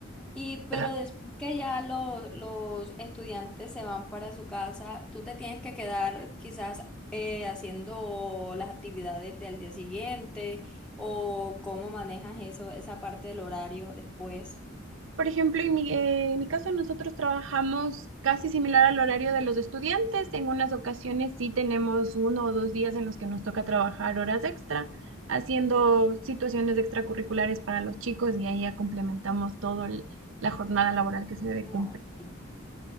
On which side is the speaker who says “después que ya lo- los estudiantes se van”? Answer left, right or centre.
Centre